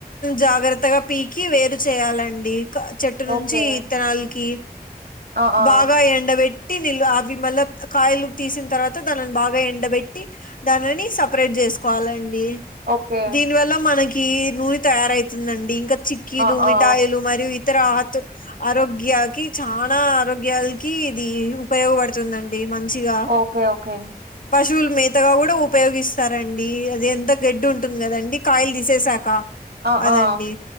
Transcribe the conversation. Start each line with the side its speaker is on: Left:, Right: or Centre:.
Left: జాగ్రత్తగా పీకి వేరు చేయాలండి చెట్టు నుంచిత్తనాలకి
Right: ఓకే ఆ ఆ
Left: బాగా ఎండవెట్ ట్టి అవి మళ్ళ కాయలు తీసిన తర్వాత దానిని బాగా ఎండబెట్టి దానిని సపరేట్ చేసుకోవాలండి
Right: ఓకే
Left: దీనివల్ల మనకి నూనె తయారవుతుందండి ఇంకా చక్కీలు
Right: ఆ ఆ
Left: మిఠాయిలు మరియు ఇతర ఆరోగ్యాకి చాలా ఆరోగ్యాలకి ఇది ఉపయోగపడుతుందండి మంచిగా
Right: ఓకే ఓకే
Left: పశువులు మేతగా కూడా ఉపయోగిస్తారంండి అది ఎంత గడ్డు ఉంటుంది కదండి కాయలు తీసేసాక
Right: ఆ
Left: అదండి
Right: ఆ